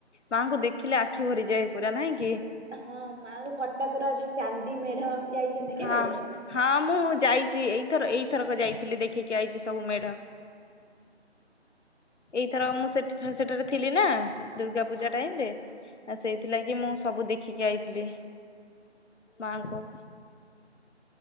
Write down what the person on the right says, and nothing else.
ହଁ ଆଉ କଟକର ଯୋଉ ଚାନ୍ଦି ମେଢ ଯାଇଛନ୍ତି
କେବେ।
ହଁ